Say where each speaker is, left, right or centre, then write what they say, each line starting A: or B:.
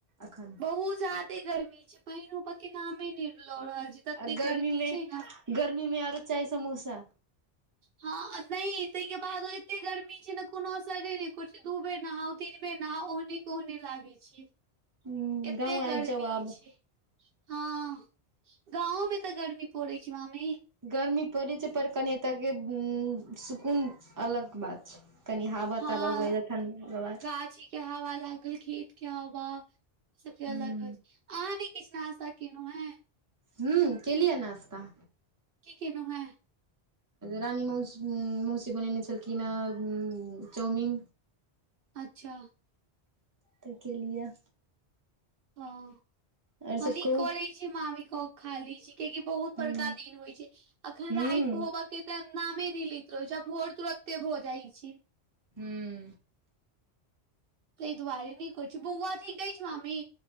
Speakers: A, on the right (about 20°); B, on the right (about 65°).
A: अखन?
B: बहुत ज्यादे गर्मी छै, पइनो होबै के नामे नै ल रहल छै, तते
A: आ
B: गर्मी
A: मे
B: छै न।
A: गर्मी में आरो चाय समोसा!
B: हँ नै तै के बादो एते गर्मी छै न, कोनो असरे नै करै छै, दू बेर नहाऊ, तीन बेर नहाऊ, ओहने के ओहने लागै छियै,
A: ह
B: एते
A: गाँव आबि
B: गर्मी
A: जाउ आब
B: छै। हँ, गाँवो में तऽ गर्मी पड़ै छै मामी!
A: गर्मी पड़ै छै पर, कनि एतऽ के सुकून अलग बात छै। कनि हावा-तावा
B: हँ
A: बहले, ठंडी हवा।
B: गाछी के हावा लागल, खेत के हवा, ई सबके अलग
A: हूँ
B: हो छै, अहाँ नै किछ नाश्ता केलौ हैं।
A: हूं केलिया नाश्ता।
B: की केलौ हैं?
A: रानी मौस मौसी बनेने छलखिन है, चाउमीन।
B: अच्छा!
A: त केलियऽ।
B: हँ,
A: आओर
B: हँ
A: सब
B: निक
A: कहू
B: करै छै मामी, क क खा लै छी। किआकि बहुत
A: हूँ
B: बड़का दिन होइ छै, अखन
A: हूँ
B: राइत होबऽ के नामे नै लैत रहै छै, आ भोर तुरते भऽ जाइ छै।
A: हूं।
B: तै दुआरे नै करै छी, बौआ नीक अछि मामी?